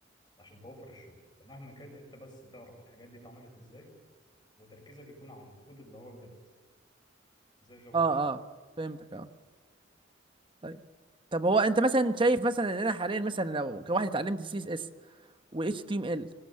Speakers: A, on the left; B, on the right.
A: عشان توفر الشغل فمهما كان أنت بس تعرف الحاجات دي اتعملت إزاي وتركيزك يكون على الكود اللي هو بجد زي الجافا
B: اه
A: سكريبت
B: اه فهمتك اه طيب طب هو انت مثلا شايف مثلا ان انا حاليا مثلا لو كواحد اتعلمت سي اس اس و اتش تي ام ال